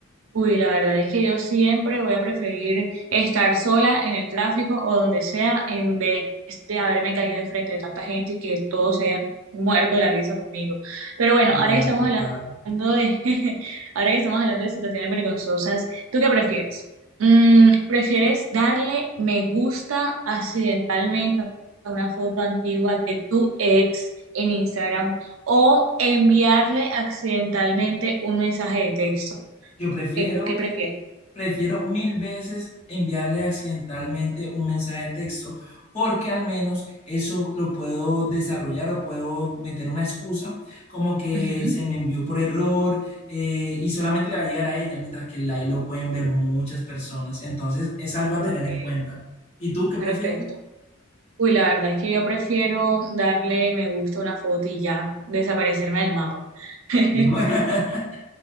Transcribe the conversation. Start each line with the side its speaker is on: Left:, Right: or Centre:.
Right: Uy, la verdad es que yo siempre voy a preferir estar sola en el tráfico o donde sea en vez de haberme caído enfrente de tanta gente y que todos se hayan muerto de la risa conmigo. Pero bueno,
Left: Total,
Right: ahora que estamos
Left: total.
Right: hablando de, <laughs> ahora que estamos hablando de situaciones vergonzosas, ¿tú qué prefieres? Mm, ¿prefieres darle me gusta accidentalmente a una foto antigua de tu ex en Instagram o enviarle accidentalmente un mensaje de texto?
Left: Yo prefiero
Right: ¿Qué, qué prefieres?
Left: Prefiero mil veces enviarle accidentalmente un mensaje de texto, porque al menos eso lo puedo desarrollar o puedo meter una excusa como que
Right: Ujú.
Left: se me envió por error eh, y solamente le va a llegar a ella, mientras que el live lo pueden ver muchas personas. Entonces es algo a
Right: Ok,
Left: tener en cuenta. ¿Y tú qué
Right: perfecto.
Left: prefieres?
Right: Uy, la verdad es que yo prefiero darle me gusta a una foto y ya desaparecerme del mapa. <laughs>
Left: <laughs>